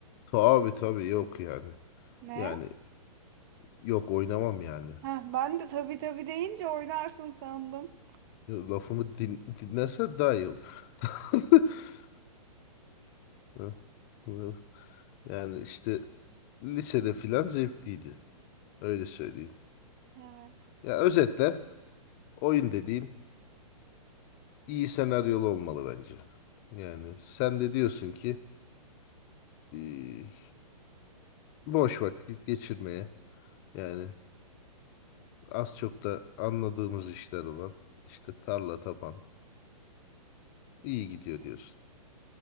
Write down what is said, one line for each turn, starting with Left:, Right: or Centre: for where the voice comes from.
Left: Tabii tabii yok yani.
Right: Ne?
Left: Yani yok oynamam yani.
Right: Heh, ben de tabii tabii deyince oynarsın sandım.
Left: Lafımı din, dinlerse daha iyi olur. <laughs> Hı, hı. Yani işte lisede filan zevkliydi. Öyle söyleyeyim.
Right: Evet.
Left: Ya özetle oyun dediğin iyi senaryolu olmalı bence. Yani sen de diyorsun ki eee, boş vakit geçirmeye yani az çok da anladığımız işler olan işte tarla taban iyi gidiyor diyorsun.